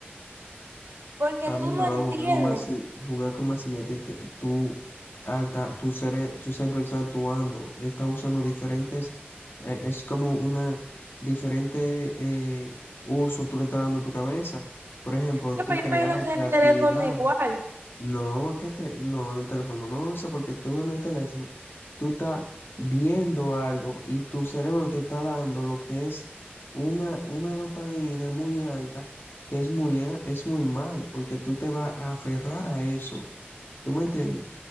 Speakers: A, on the right (about 75°); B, on the left (about 65°).
A: porque
B: Está
A: tú
B: bien,
A: no
B: pero
A: entiendes.
B: jugar con más, si- jugar con más si ya te, te- tú, hasta tu cerebro, tu cerebro está actuando, está usando diferentes, eh, es como una diferente eh, uso tú le estás dando a tu cabeza. Por ejemplo,
A: Yo
B: tú
A: me
B: crear
A: imagino que
B: creatividad.
A: en el teléfono igual.
B: No, que te, no, en el teléfono no o sea porque tú en el teléfono, tú estás viendo algo y tu cerebro te está dando lo que es una, una dopamina muy alta, que es muy, a- es muy mal, porque tú te vas a aferrar a eso. ¿Tú me entiendes?